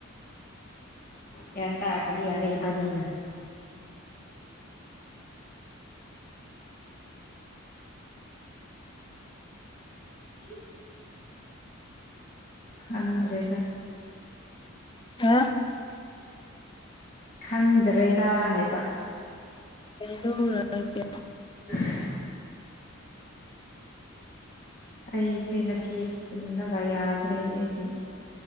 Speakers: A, on the left (about 45°); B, on the left (about 25°).
A: ꯒꯌ꯭ꯟ ꯇꯥꯔꯗꯤ ꯌꯥꯔꯦ ꯏꯕꯥꯅꯤꯅ <inaudible> ꯁ ꯈꯪꯗ꯭ꯔꯦꯗ
B: ꯍꯥ
A: ꯈꯪꯗ꯭ꯔꯦꯗ ꯍꯥꯏꯕ
B: ꯑꯦꯣ ꯂꯅꯥ ꯀꯦ
A: <inaudible> ꯑꯩꯁꯦ ꯉꯁꯤ ꯐꯨꯜꯂꯒ ꯌꯥꯗ꯭ꯔꯦ ꯑꯩꯒꯤ